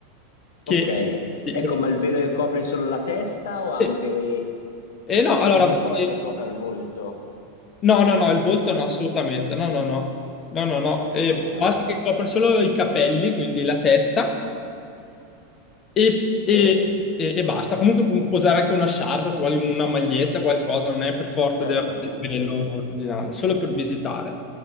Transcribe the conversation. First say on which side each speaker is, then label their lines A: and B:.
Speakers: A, on the left (about 30°); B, on the left (about 65°).
A: che...
B: Ok,
A: sì,
B: ecco,
A: perché-
B: ma il velo che copre solo la testa o anche
A: eh, eh, no, allora,
B: Non importa
A: eh,
B: che copra il volto.
A: no, no, no, il volto no, assolutamente, no, no, no, no, no, no, eh,
B: Ok.
A: basta che copra solo i capelli, quindi la testa, E, e-
B: Sì?
A: e- e basta. Comunque può può usare anche una sciarpa, qual- una maglietta, qualcosa, non è per forza
B: Certo,
A: deve avere
B: sì, sì,
A: il
B: sì,
A: livello
B: sì.
A: originale, solo per visitare.